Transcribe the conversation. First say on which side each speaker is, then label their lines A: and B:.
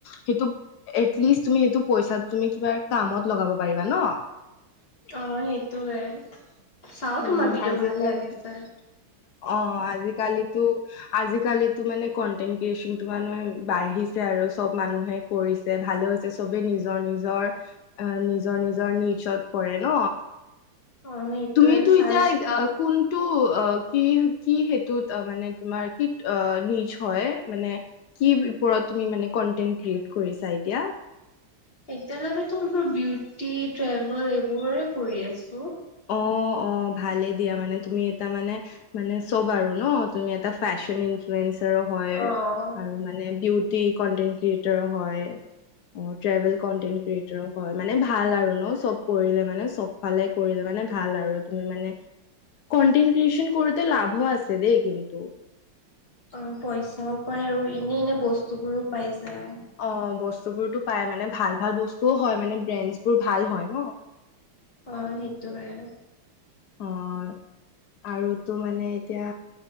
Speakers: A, on the left; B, on the left.
A: সেইটো এ এটলিষ্ট তুমি হেটো পইচা টো তুমি কিবা কামত। লগাব পাৰিবা ন।
B: অ' সেইটোয়ে চাও
A: উম
B: তোমাৰ ভিডিঅ'
A: আজিকালি
B: ভাল লাগে ছায়।
A: অ' আজিকালিতো আজিকালিতো মানে। কন্টেন ক্ৰিয য়েচন তুমাৰ বাহিছে আৰু চব মানুহে কৰিছে ভালো হয়ছে। চবে নিজৰ নিজৰ আহ নিজৰ নিজৰ নিচত কৰে ন।
B: অ সেইটোয়ে
A: তুমিতো
B: চাইছো
A: এতিয়া এ কোনটো। কি-কি সেইটোত মানে তোমাৰ কি অ নিজ হয় মানে কি ওপৰত। তুমি মানে কনটেন্ট ক্ৰিয়েট কৰিছা এতিয়া।
B: এতিয়া লেতো মোৰ বিউটি ট্ৰেভেল এইবোৰে কৰি আছো।
A: অ',
B: <inaudible>
A: অ' ভালে দিয়া মানে তুমি এ মানে মানে চব আৰু ন তুমি এটা ফেশন। হয়
B: অ'।
A: আৰু মানে বিউটি কন্টেট ক্ৰিয়েটাৰো হয়। অ ট্ৰেভেল কনটেন্ট ক্ৰিয়েটৰ হয় মানে ভাল আৰু ন চব কৰিলে মানে চব ফালে। কৰিলে মানে ভাল আৰু তুমি মানে কনটেন্টে ক্ৰিয়চন কৰতে লাভ আছে দেই কিন্তু
B: অ' পইচাও পাই আৰু এনে এনে বস্তু বোৰো পাই যায়।
A: অ' বস্তুবোৰতো পাই মানে ভাল ভাল বস্তুও হয় মানে ব্ৰেণ্ডছ বোৰ ভাল হয় ন।
B: অ' সেইটোয়ে আৰু
A: অ',
B: <inaudible>
A: আৰু তো মানে এতিয়া